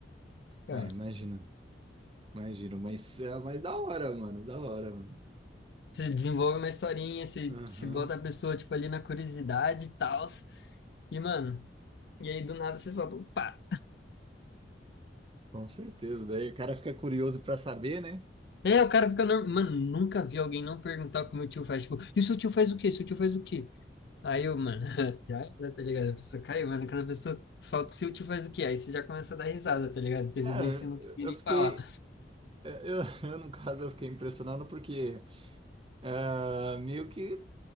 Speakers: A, on the left; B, on the right.
A: cara.
B: É, imagino, imagino. Mas, é, mas da hora, mano. Da hora, mano.
A: Você desenvolve uma historinha, você,
B: Aham.
A: você bota a pessoa, tipo, ali na curiosidade e tal, e, mano, e aí do nada você solta, um pá!
B: Com certeza, daí o cara fica curioso para saber, né?
A: É, o cara fica normal. Mano, nunca vi alguém não perguntar o que meu tio faz, tipo, e o seu tio faz o quê? Seu tio faz o quê? Aí eu, mano, <laughs> já era, tá ligado? A pessoa caiu, mano. Aquela pessoa solta o tilt e faz o quê? Aí você já começa a dar risada, tá ligado? Teve
B: Cara,
A: um mês que eu não consegui
B: eu
A: nem
B: fiquei,
A: falar.
B: eh, eu, <laughs> eu, no caso, eu fiquei impressionado porque ah, meio que